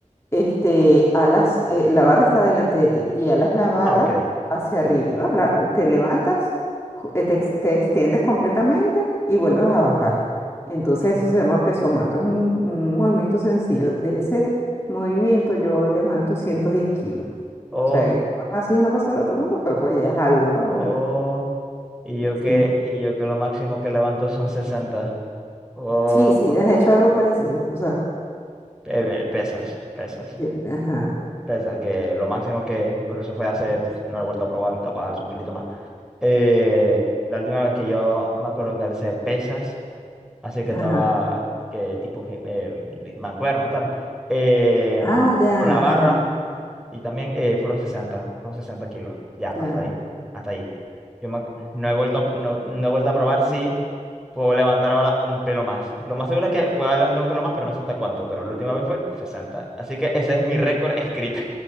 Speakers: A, on the left (about 20°); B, in the centre.
A: este, alas, eh, la barra está delante de ti y alas la barra
B: Ah, ok.
A: hacia arriba, la- te levantas, cu- eh, te, ex- te extiendes completamente y vuelves a bajar. Entonces
B: Ujú.
A: eso se llama peso muerto, es un, un movimiento sencillo. De ese movimiento yo levanto 110 kilos.
B: Oh,
A: O sea, eh, no es así una cosa del otro mundo, pero oye, es algo,
B: oh.
A: ¿no? Es algo.
B: Y yo que,
A: Sí,
B: y yo que lo máximo que levanto son sesenta Oh,
A: sí, sí, has hecho algo parecido. O sea,
B: pe- pesas, pesas.
A: de- ajá,
B: pesas, que lo máximo que, pero eso fue hace, pues, no lo he vuelto a probar, capaz alzo un pelito más. Eh, la última vez que yo me acuerdo que alcé pesas, así que
A: ajá.
B: estaba, que tipo, gi- eh, de- mancuernas, tal, eh,
A: Ah, ya,
B: con la barra,
A: ajá,
B: y también eh, fueron sesenta fueron 60 kilos, ya, hasta
A: claro.
B: ahí, hasta ahí. Yo me- no he vuelto a, no, no he vuelto a probar si puedo levantar ahora un pelo más. Lo más seguro es que pueda levantar un pelo más, pero no sé hasta cuánto, pero la última vez fue sesenta Así que ese es mi récord escrito.